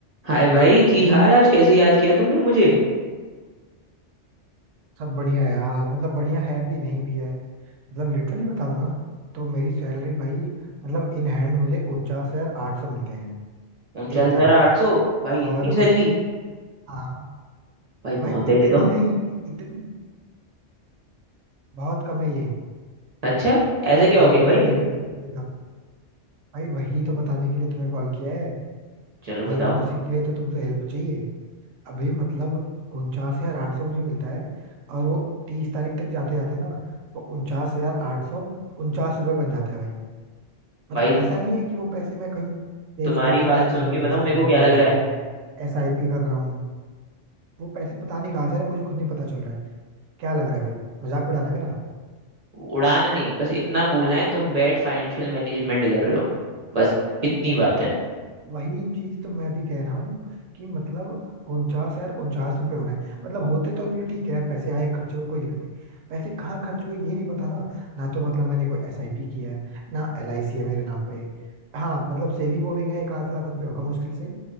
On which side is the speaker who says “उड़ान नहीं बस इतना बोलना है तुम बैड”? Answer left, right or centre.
Right